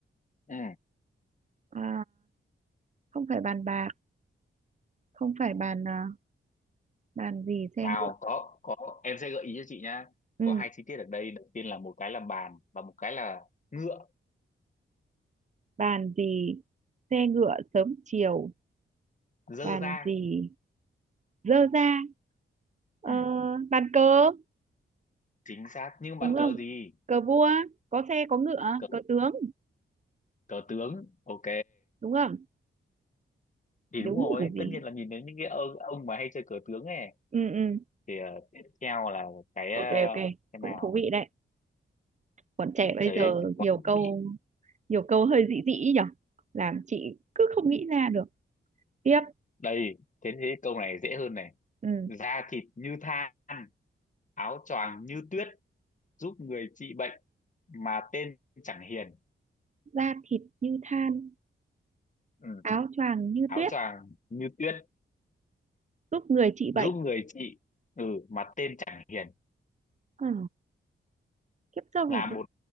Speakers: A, on the left; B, on the right.
A: Ừ.
B: À, không phải bàn bạc không phải bàn à, bàn gì xe
A: nào
B: ngựa
A: có có em sẽ gợi ý cho chị nhá
B: ừ,
A: có hai chi tiết ở đây đầu tiên là một cái là bàn và một cái là ngựa
B: bàn gì xe ngựa sớm chiều
A: dơ
B: bàn
A: ra
B: gì dơ ra ờ,
A: ừ,
B: bàn cờ
A: chính xác nhưng
B: đúng
A: bàn
B: không
A: cờ gì
B: cờ vua có xe có ngựa
A: cờ
B: cờ tướng
A: cờ tướng ok
B: đúng không
A: thì
B: đúng
A: đúng rồi
B: rồi gì
A: tất nhiên là nhìn đến những cái ông, ông mà hay chơi cờ tướng ấy
B: ừ ừ
A: thì ờ, tiếp theo là cái ờ,
B: ok ok
A: cái
B: cũng
A: nào
B: thú vị đấy bọn trẻ bây
A: cái,
B: giờ
A: cái quán
B: nhiều câu
A: vị
B: nhiều câu hơi dị dị ý nhở làm chị cứ không nghĩ ra được tiếp
A: đây thế thế câu này dễ hơn này
B: ừ.
A: da thịt như than áo choàng như tuyết giúp người trị bệnh mà tên chẳng hiền
B: da thịt như than
A: Ừ,
B: áo choàng như
A: áo
B: tuyết
A: choàng như tuyết
B: giúp người trị
A: giúp
B: bệnh
A: người chị ừ mà tên chẳng hiền
B: ừ. kiếp sau
A: là một